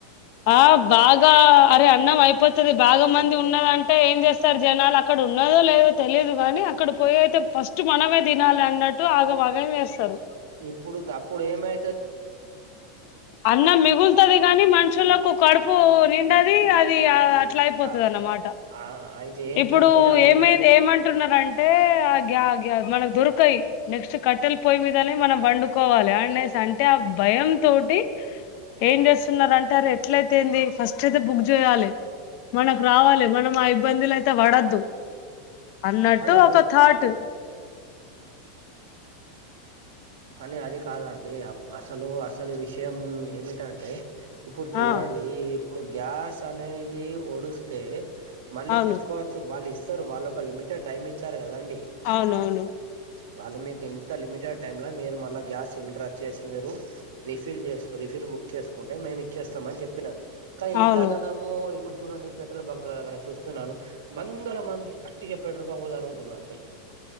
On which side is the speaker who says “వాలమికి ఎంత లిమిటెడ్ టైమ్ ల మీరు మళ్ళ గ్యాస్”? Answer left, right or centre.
Right